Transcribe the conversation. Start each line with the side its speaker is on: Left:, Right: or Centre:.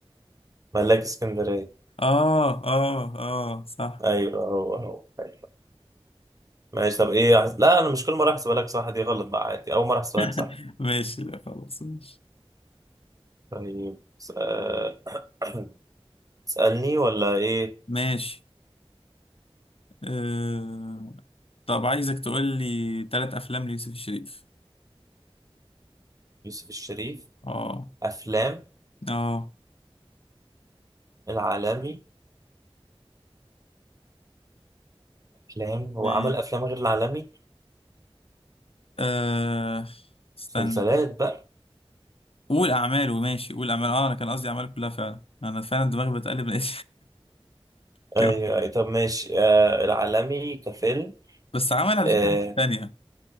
Right: ملاك اسكندريه
Left: اه اه اه صح
Right: ايوه هو هو ايوه ماشي طب ايه أحس... لا انا مش كل مره احسبها لك صح دي غلط بقى عادي اول مره احسبها
Left: <laughs>
Right: لك صح
Left: ماشي لا خلاص ماشي
Right: طيب س- آه، <clears throat> اسالني ولا ايه
Left: ماشي آه... طب عايزك تقول لي ثلاث افلام ليوسف الشريف
Right: يوسف الشريف
Left: اه
Right: افلام
Left: اه
Right: العالمي افلام هو
Left: ماشي
Right: عمل افلام غير العالمي
Left: آه... استنى
Right: مسلسلات بقى
Left: قول اعماله ماشي قول اعماله اه انا كان قصدي اعماله كلها فعلا انا فعلا دماغي بتقلب لقيت <laughs> كم.
Right: ايوه أيوه. طب ماشي آه العالمي كفيلم
Left: بس عمل على
Right: آه
Left: فكره حاجه تانيه